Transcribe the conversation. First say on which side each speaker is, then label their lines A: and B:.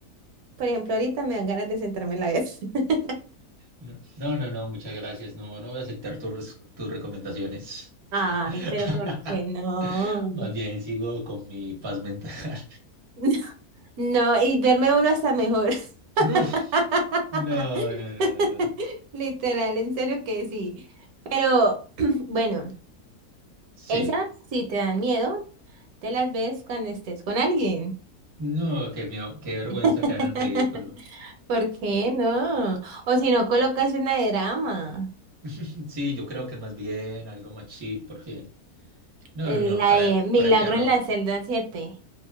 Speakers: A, on the right; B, on the right.
A: por ejemplo, ahorita me dan ganas de sentarme a la vez. <laughs>
B: No, no, no, no, muchas gracias. No, no voy a aceptar tus, res- tus recomendaciones.
A: Ay,
B: <laughs>
A: pero ¿por qué no?
B: Más bien sigo con mi paz mental. <laughs>
A: <laughs> No, y verme uno hasta mejor. <laughs>
B: No, no, no, no, no, no.
A: Literal, en serio que sí. Pero <clears throat> bueno,
B: Sí.
A: esas si te dan miedo, te las ves cuando estés con alguien.
B: No, qué miedo, qué vergüenza
A: <laughs>
B: quedar en ridículo.
A: ¿Por qué no? O si no, colocas una de drama.
B: <laughs> Sí, yo creo que más bien algo más chill, porque. No,
A: El-
B: no, no,
A: La
B: para,
A: de Milagro
B: para el terror.
A: en la celda siete,